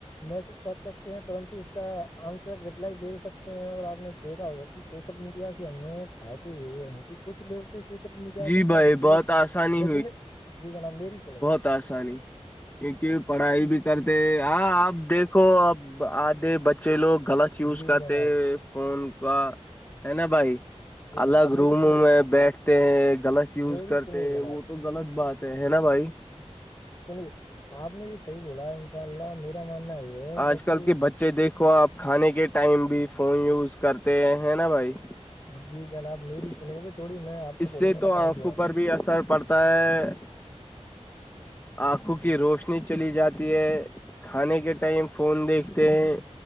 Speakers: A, on the left; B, on the left.
A: میسج کر سکتے ہیں ترنت ہی اس کا آنسر رپلائی دے سکتے ہیں اور آپ نے دیکھا ہوگا سوشل میڈیا سے ہمیں فائدے یہ ہیں کہ کچھ لوگ بھی سول میڈیا
B: جی
A: سے اپنا
B: بھائی
A: ب
B: بہت آسانی
A: ب جی جناب میری سنے
B: ت آسانی کیونکہ پڑھائی بھی کرتے ہاں اپ دیکھو اب آتے بچ بچے لوگ غلط یوز
A: جی
B: کرتے
A: جناب
B: فون کا ہے نا بھائی
A: جی جناب
B: الگ
A: اب میری
B: روموں
A: سنیے
B: میں بیھ <unintelligible> غلط یوز
A: میری
B: کرتے
A: سنیے جناب
B: وہ تو غلط بات ہے ہے نا بھائی
A: سنیے آپ نے یہ صحیح بولا ان شاء اللہ میرا ماننا یہ ہے
B: آج
A: جب
B: کل
A: سے
B: کے بچے دیکھو آپ کھانے کے ٹائم بھی فون یوز کرتے ہیں نا بھائی
A: جی جناب میری
B: اس
A: سنو گے تھوڑی میں آپ کو
B: اس
A: بولنے
B: سے
A: کا
B: تو آنکھوں
A: ٹائم جو ہے
B: پر بھی اثر پڑتا ہے آنکھوں
A: جی
B: کی روشنی چلی جاتی ہے کھانے کے ٹائم فون دیکھتے ہیں